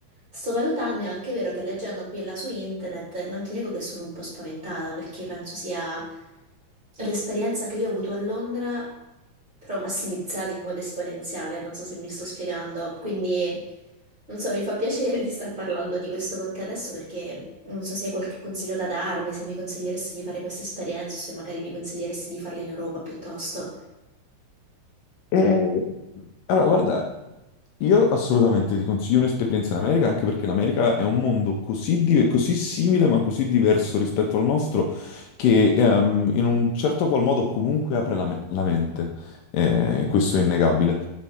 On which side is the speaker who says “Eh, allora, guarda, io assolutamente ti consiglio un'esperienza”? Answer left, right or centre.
Left